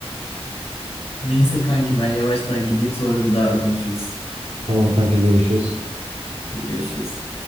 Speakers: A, on the left; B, on the right.
A: Neyse kanki ben yavaştan gideyim sonra bir daha konuşuruz.
B: Tamam kanka görüşürüz.
A: Hadi görüşürüz.